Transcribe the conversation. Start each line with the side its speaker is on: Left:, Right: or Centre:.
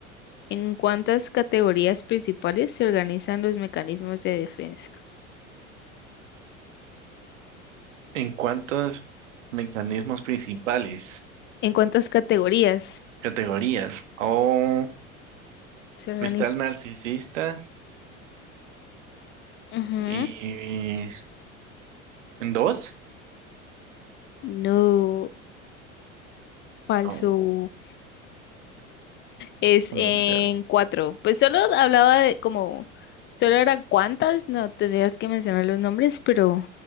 Left: ¿En cuántas categorías principales se organizan los mecanismos de defensa?
Right: ¿En cuántos mecanismos principales,
Left: ¿En cuántas categorías
Right: categorías? Oh,
Left: se organiza?
Right: está el narcisista
Left: Ujú.
Right: y en dos.
Left: No, falso.
Right: Oh,
Left: Es
Right: ¿cuánto
Left: en
Right: puede ser?
Left: cuatro. Pues solo hablaba de como, solo era cuántas, no tenías que mencionar los nombres, pero,